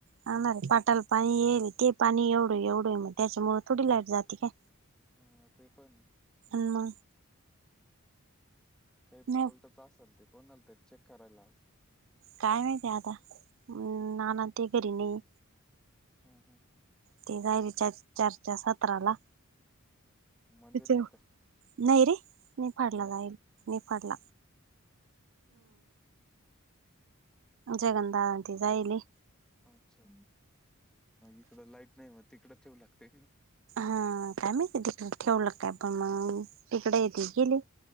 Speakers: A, on the right; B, in the centre.
A: हणार रे पाटाल पाणी येईल ते पाणी एवढं एवढं आहे मग त्याच्यामुळ थोडी लाईट जाते काय?
B: हा ते पण.
A: आणि मग.
B: काही
A: नाही
B: फॉल्टच असेल ते कोणाल तर चेक करायला
A: काय माहिती आहे आता ना ना ते घरी नाही.
B: हा हा.
A: ते जाय र चार चारच्या सतराला
B: हम्म मंदिरात
A: नाही
B: का
A: रे निफाडला
B: मग
A: जाईल निफाडला
B: हम् हम.
A: जगनदााी जाईल.
B: अच्छा इकड लाईट नाही म तिकडे ठेवू लागते.
A: हा काय माहिती तिकडे ठेवलं काय पण मग तिकडे येते गेले.